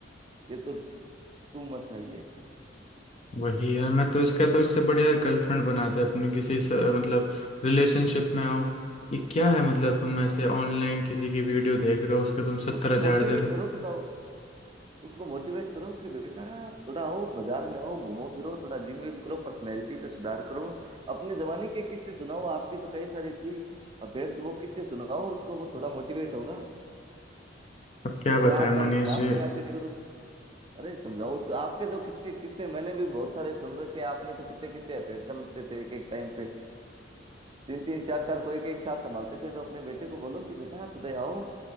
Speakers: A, on the right (about 25°); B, on the left (about 35°).
A: ये तो टू मच है
B: वही यार मैं तो इसका तो इससे बढ़िया यार गर्लफ्रेंड बना दे अपनी किसी से, मतलब रिलेशनशिप में हो ये क्या है मतलब तुम ऐसे ऑनलाइन किसी की वीडियो देख रहे हो उसके तुम सत्तर
A: उसको
B: हजार
A: मोटिवेट
B: दे रहे हो
A: करो थोड़ा उसको मोटिवेट करो कि बेटा थोड़ा आओ बाजार में आओ घूमो फिरो थोड़ा जिम विम करो पर्सनैलिटी पे सुधार करो अपने जमाने के किस्से सुनाओ आपकी तो कई सारी थी अफेयर्स वो किससे सुनाओ उसको वो थोड़ा मोटिवेट होगा
B: अब क्या
A: अगर
B: बताएं
A: आप एक
B: मनीष
A: बाप
B: जी
A: के नाते अगर उस अरे समझाओ उसको आपके जो किस्से किस्से मैंने भी बहुत सारे सुन रखे हैं आपने तो कितने कितने अफेयर चलते थे एक एक टाइम पे तीन तीन चार चार को एक एक साथ संभालते थे तो अपने बेटे को बोलो कि बेटा थोड़े आओ